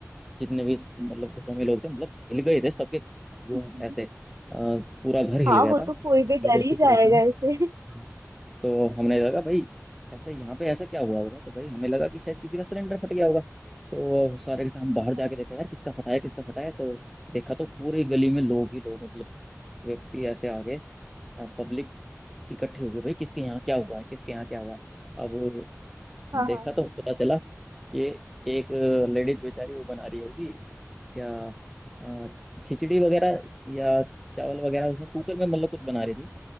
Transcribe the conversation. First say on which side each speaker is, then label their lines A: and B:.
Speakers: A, in the centre; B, on the right.
A: जितने भी मतलब घरों में लोग थे मतलब हिल गए थे सबके रूम
B: हम्म,
A: ऐसे अ, पूरा घर हिल
B: हाँ
A: गया
B: वो
A: था
B: तो कोई भी डर
A: पड़ोसी
B: ही जाएगा
A: पड़ोसी में
B: ऐसे
A: हाँ। तो हमने लगा भाई ऐसे यहाँ पे ऐसा क्या हुआ होगा तो भाई हमें लगा कि शायद किसी का सिलेंडर फट गया होगा तो सारे के साथ हम बाहर जाके
B: हाँ
A: देखा यार किसका फटा है किसका फटा है तो देखा तो पूरी गली में लोग ही लोग मतलब व्यक्ति ऐसे आ गए पब्लिक इकट्ठी हो गई भाई किसके यहाँ क्या हुआ है किसके यहाँ क्या हुआ है अब
B: हाँ
A: देखा तो पता चला कि एक लेडीज बेचारी वो बना रही होगी या अ, खिचड़ी वगैरह या चावल वगैरह उसने कुकर में मतलब कुछ बना रही थी